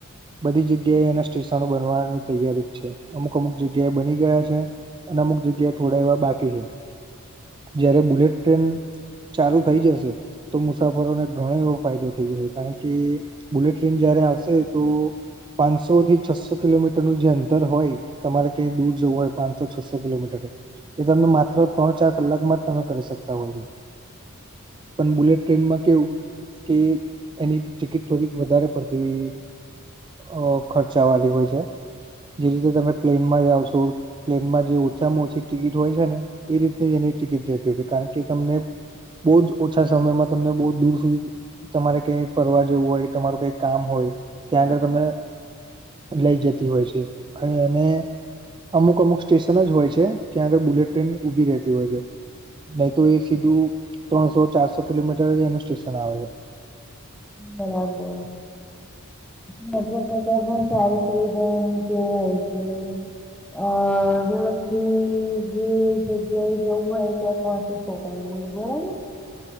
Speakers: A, on the right; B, in the centre.
A: બધી જગ્યા એ એના સ્ટેશનો બનવાની તૈયારી જ છે અમુક અમુક જગ્યા એ બની ગયા છે અને અમુક જગ્યા થોડા એવા બાકી છે જયારે બુલેટ ટ્રેન ચાલુ થઈ જશે તો મુસાફરોને ઘણો એવો ફાયદો થઈ જશે કારણ કે બુલેટ ટ્રેન જયારે આવશે તો પાંચસો થી છસો કિલોમીટર નું જે અંતર હોય તમારે કઈ દૂર જવું હોય પાંચસો છસો કિલોમીટર એ તમે માત્ર ત્રણ ચાર કલાકમાં જ તમે કરી શકતા હો છો પણ બુલેટ ટ્રેનમાં કેવું કે એની ટિકિટ થોડી વધારે પડતી હોય અ ખર્ચા વાળી હોય છે જે રીતે તમે પ્લેનમાં જાઓ છો પ્લેનમાં જે ઓછામાં ઓછી ટિકિટ હોય છે ને એ રીતની એની ટિકિટ જતી હોય છે કારણ કે તમને બહુ જ ઓછા સમયમાં તમને બહું જ દૂર સુધી તમારે કઈ ફરવા જવું હોય તમારું કઈ કામ હોય ત્યાં આગળ તમને લઈ જતી હોય છે અને એને અમુક અમુક સ્ટેશન જ હોય છે જ્યાં આગળ બુલેટ ટ્રેન ઊભી રહેતી હોય છે નહી તો એ સીધું ત્રણસો ચારસો કિલોમીટર જ એનું સ્ટેશન આવે છે
B: બરાબર કરતા કરતા પણ સારી સુવિધા હોય છે અ જેમાંથી જે જગ્યાએ જવું હોય ત્યા કોણથી તો કાઈ નઈ બરાબર